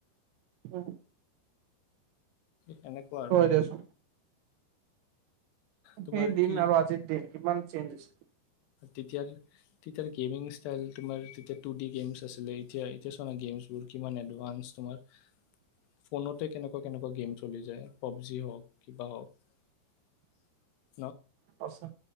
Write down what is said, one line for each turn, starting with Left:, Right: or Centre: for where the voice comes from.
Right: অ <inaudible>
Left: সেনেকুৱা আৰু
Right: দিয়াচোন
Left: তোমাৰ
Right: সেই দিন
Left: কি
Right: আৰু আজিৰ দিন কিমান চেঞ্জ হৈছে
Left: তেতিয়া তেতিয়াৰ গেমিং ষ্টাইল তোমাৰ তেতিয়া টু ডি গেমছ আছিলে এতিয়া এতিয়া ত গেমছবোৰ কিমান এডভানস তোমাৰ ফোনতে কেনেকুৱা কেনেকুৱা গেম চলি যায় পাবজি হওক কিবা হওক
Right: সঁচা